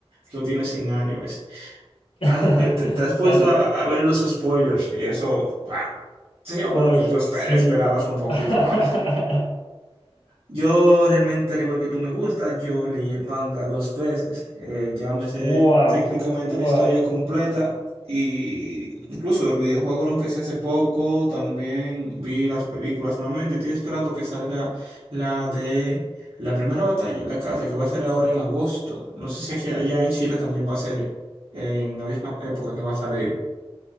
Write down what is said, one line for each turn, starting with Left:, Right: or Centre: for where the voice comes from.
Right: lo tienes en animes.
Left: <laughs>
Right: Has- me- Te, te has puesto
Left: Gracias.
Right: a, a ver los spoilers y eso, wow. Sería bueno
Left: Uy,
Right: que tú espe-
Left: sí.
Right: esperaras un poquito
Left: <laughs>
Right: más. Yo realmente, al igual que tú me gusta, yo leí el manga dos veces. Eh, ya me sé
Left: Wow,
Right: técnicamente
Left: wow.
Right: la historia completa y incluso el videojuego lo empecé hace poco. También vi las películas nuevamente. Estoy esperando que salga la de la primera batalla en la casa, que va a ser ahora en agosto. No sé si aquí allá en Chile también va a ser en la misma época que va a salir